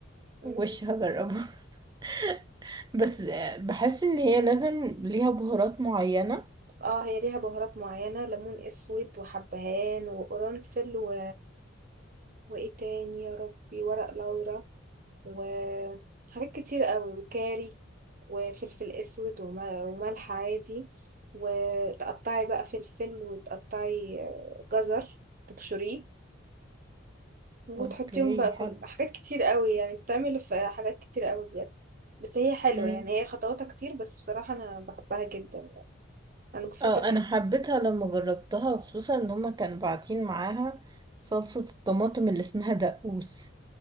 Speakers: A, on the right; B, on the right.
A: مهم.
B: وش هجربها <laughs> بس آه، بحس ان هي لازم ليها بهارات معينه
A: اه هي ليها بهارات معينة ليمون اسود وحبهان وقرنفل و... وايه تاني يا ربي ورق لورا وحاجات كتير قوي وكاري وفلفل اسود وم- وملح عادي وتقطعي بقى فلفل وتقطعي آه، جزر تبشريه وتحطيهم
B: اوكي
A: بقى
B: حلو
A: كل حاجات كتير قوي يعني بتعمل في حاجات كتير قوي بجد بس هي حلوة
B: مم.
A: يعني هي خطواتها كتير بس بصراحة أنا بحبها جدا أنا بفضل
B: اه انا حبيتها لما جربتها وخصوصا ان هما كانوا باعتين معاها صلصه الطماطم اللي اسمها دقوس